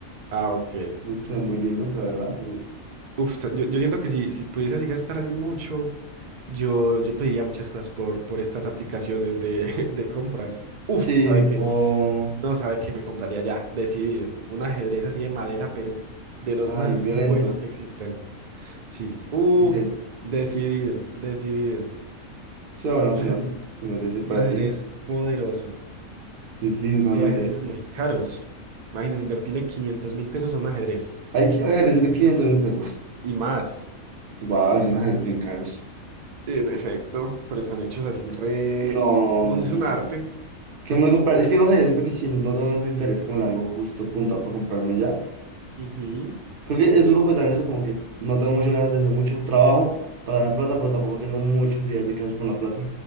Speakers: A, on the right; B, on the right.
A: Ah, ok.
B: Creo que se ven muy lindos, la verdad.
A: Sí. Uf, sa- yo, yo siento que si, si pudiese así gastar así mucho, yo, yo pediría muchas cosas por, por estas aplicaciones de, <laughs> de compras. Uf,
B: Sí,
A: ¿sabe
B: tipo.
A: qué? No, ¿sabe qué? Me compraría ya, decidido. Un ajedrez así de madera, pero de los
B: Ay,
A: más
B: un violento.
A: buenos que existen. Sí,
B: Sí,
A: uf,
B: sí,
A: decidido, decidido.
B: es una buena opción
A: Un ajedrez,
B: tener ese para
A: un ajedrez
B: ti.
A: poderoso.
B: Sí, sí, sí, justamente.
A: Es que hay ajedrezes muy caros. Imagínense, invertirle quinientos mil pesos a un ajedrez.
B: Hay que- hay ajedrezes de quinientos mil pesos.
A: Y más.
B: Wow, son ajedrez bien caros.
A: En efecto, pero están hechos así re...
B: No,
A: un- Es
B: no
A: un
B: sé.
A: arte.
B: ¿Qué me voy a comprar? Es que no sé, es lo que sí, no, no tengo tanto interés como en algo justo puntual para comprarme ya.
A: Ujú.
B: Creo que es duro pensar en eso, como que no tengo muchas ganas de hacer mucho trabajo para ganar plata, pero tampoco tengo muchas ideas de qué hacer con la plata.